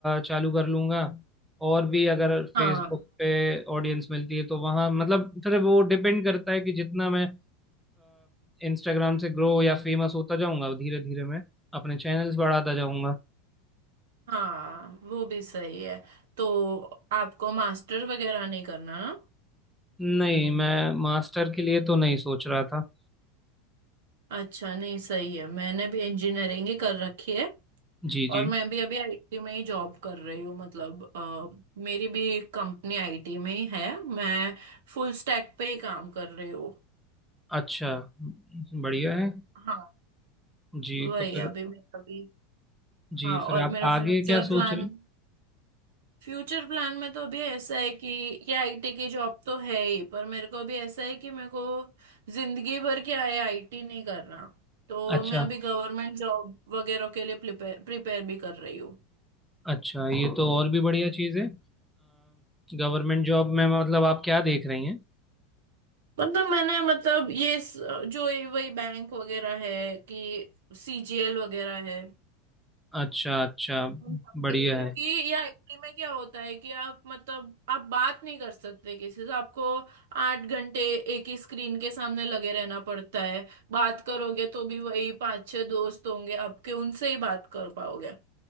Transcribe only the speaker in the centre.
चालू कर लूंगा और भी अगर
फेसबुक पे ऑडियंस मिलती है तो वहाँ मतलब फिर वो डिपेंड करता है कि जितना मैं इंस्टाग्राम से ग्रो या फेमस होता जाऊंगा धीरे धीरे मैं अपने चैनल्स बढ़ाता जाऊंगा
नहीं मैं मास्टर के लिए तो नहीं सोच रहा था
जी
जी
अच्छा बढ़िया है
जी
तो फिर
जी
फिर आप
आगे क्या
सोच रहे हैं?
अच्छा
अच्छा ये तो और भी बढ़िया चीज़ है गवर्नमेंट जॉब में मतलब आप क्या देख रही हैं
अच्छा अच्छा
बढ़िया
है